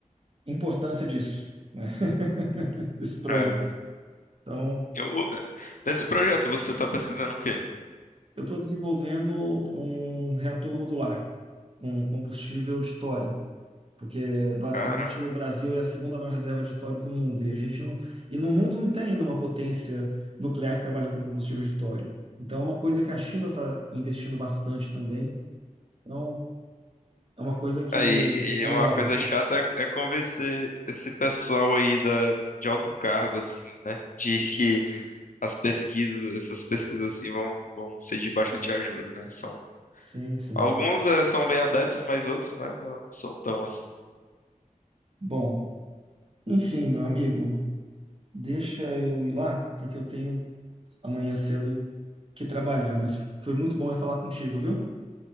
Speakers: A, on the right (about 45°); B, on the left (about 75°).
A: importância disso, né? <laughs> Desse projeto.
B: É.
A: Então,
B: Eu- nesse projeto você tá pesquisando o quê?
A: eu estou desenvolvendo um reator modular, um combustível de tório. Porque basicamente
B: Caramba.
A: o Brasil é a segunda maior reserva de tório do mundo e a gente não, e no mundo não tem ainda uma potência nuclear que trabalha com combustível de tório. Então é uma coisa que a China está investindo bastante também. Então é uma coisa que
B: Aí,
A: é
B: e uma
A: nova.
B: coisa chata é, é convencer esse pessoal aí da, de alto cargo, assim, né? De que as pesquisas, essas pesquisas assim vão, vão ser de bastante ajuda, né? São,
A: Sim, sim.
B: alguns eh, são bem adeptos, mas outros, né, não são tão assim.
A: Bom, enfim, meu amigo, deixa eu ir lá porque eu tenho amanhã cedo que trabalhar, mas foi muito bom eu falar contigo, viu?